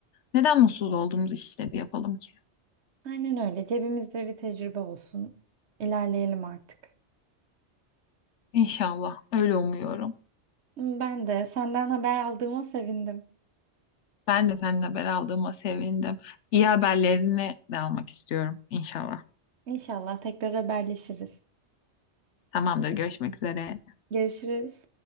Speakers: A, on the left (about 80°); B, on the right (about 70°).
A: Neden mutsuz olduğumuz işleri yapalım ki?
B: Aynen öyle. Cebimizde bir tecrübe olsun. İlerleyelim artık.
A: İnşallah. Öyle umuyorum.
B: Ben de senden haber aldığıma sevindim.
A: Ben de seninle haber aldığıma sevindim. İyi haberlerini de almak istiyorum. İnşallah.
B: İnşallah tekrar haberleşiriz.
A: Tamamdır. Görüşmek üzere.
B: Görüşürüz.